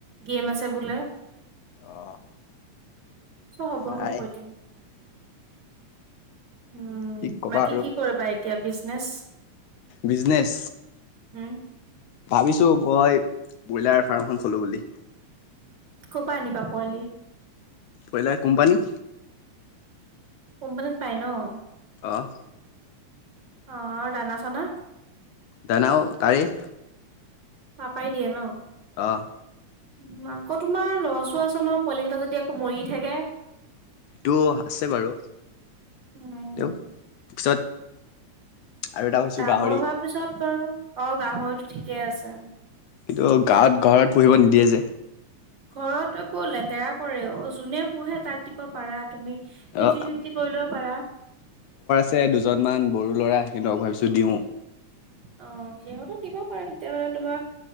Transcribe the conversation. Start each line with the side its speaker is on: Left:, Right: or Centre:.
Right: গেম আছে বোলে।
Left: অ'।
Right: চ' হ'ব
Left: নাই
Right: মই কৈ দিম। উম,
Left: কি ক'বা
Right: বাকী কি কৰিবা এতিয়া বিজনেচ?
Left: বিজনেছ।
Right: হু?
Left: ভাবিছোঁ মই ব্ৰইলাৰ ফাৰ্ম এখন খোলোঁ বুলি।
Right: ক'ৰপা আনিবা পোৱালি?
Left: Broiler company.
Right: কোম্পানীত পায় ন'?
Left: অ'।
Right: অ' আৰু দানা চানা?
Left: দানাও তাৰেই।
Right: পাপাই দিয়ে ন'?
Left: অ'।
Right: উ, আকৌ তোমাৰ লচো আছে নহয়, পোৱালিকেইটা যদি আকৌ মৰি থাকে।
Left: টো আছে বাৰু।
Right: উম,
Left: তেওঁ পিছত আৰু এটা ভাবিছো
Right: ডাঙৰ
Left: গাহৰি
Right: হোৱাৰ পিছত বাৰু, অ' গাহৰিটো ঠিকেই আছে।
Left: কিন্তু গাঁৱত ঘৰত পুহিব নিদিয়ে যে।
Right: ঘৰত এইবোৰ লেতেৰা কৰে অ'। যোনে পোহে তাক দিব পাৰা তুমি। ফিফটি
Left: অ
Right: ফিফটি কৰি ল'ব পাৰা।
Left: ছে দুজনমান ব'ৰো ল'ৰা, সিহঁতক ভাবিছোঁ দিওঁ।
Right: অ সিহঁতো দিব পাৰে তেতিয়া মানে তোমাক